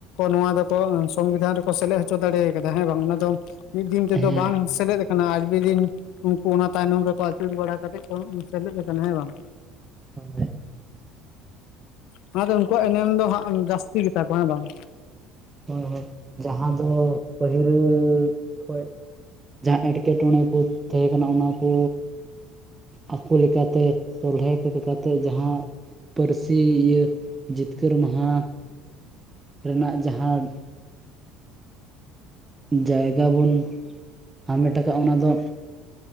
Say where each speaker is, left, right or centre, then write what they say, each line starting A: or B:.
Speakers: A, on the left; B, on the right.
A: ᱱᱚᱣᱟ ᱫᱚᱠᱚ ᱥᱚᱝᱵᱤᱫᱷᱟᱱ ᱨᱮᱠᱚ ᱥᱮᱞᱮᱫ ᱦᱚᱪᱚ ᱫᱟᱲᱮ ᱠᱟᱫᱟ ᱦᱮᱸ ᱵᱟᱝ ᱚᱱᱟ ᱫᱚ ᱢᱤᱫ ᱫᱤᱱ ᱛᱮᱫᱚ
B: ᱦᱮᱸ
A: ᱵᱟᱝ ᱥᱮᱞᱮᱫ ᱠᱟᱱᱟ ᱟᱠᱵᱤ ᱫᱤᱱ ᱩᱱᱠᱩ ᱚᱱᱟ ᱛᱟᱭᱱᱚᱢ ᱨᱮᱠᱚ ᱟᱹᱪᱩᱨ ᱵᱟᱲᱟ ᱠᱟᱛᱮᱫ ᱠᱚ ᱥᱮᱞᱮᱫ ᱠᱟᱱᱟ ᱦᱮᱸ ᱵᱟᱝ
B: ᱦᱳᱭ
A: ᱚᱱᱟ ᱛᱮ ᱩᱱᱠᱩᱣᱟᱜ ᱮᱱᱮᱢ ᱫᱚ ᱦᱟᱸᱜ ᱡᱟᱹᱥᱛᱤ ᱜᱮᱛᱟ ᱠᱚᱣᱟ ᱵᱟᱝ ᱵᱟᱝ
B: ᱦᱳᱭ ᱦᱳᱭ ᱡᱟᱦᱟᱸ ᱫᱚ ᱯᱟᱹᱦᱤᱞ ᱠᱷᱚᱡ ᱡᱟᱦᱟᱸ ᱮᱸᱴᱠᱮᱴᱚᱬᱮ ᱠᱚ ᱛᱟᱦᱮᱸ ᱠᱟᱱᱟ ᱚᱱᱟ ᱠᱚ ᱟᱠᱚ ᱞᱮᱠᱟᱛᱮ ᱥᱚᱞᱦᱮ ᱠᱟᱛᱮᱫ ᱡᱟᱦᱟᱸ ᱯᱟᱹᱨᱥᱤ ᱤᱭᱟᱹ ᱡᱤᱛᱠᱟᱹᱨ ᱢᱟᱦᱟ ᱨᱮᱱᱟᱜᱼᱼ ᱡᱟᱦᱟᱸ ᱡᱟᱭᱜᱟ ᱵᱚᱱᱼᱼ ᱦᱟᱢᱮᱴ ᱟᱠᱟᱫ ᱟ ᱚᱱᱟ ᱫᱚ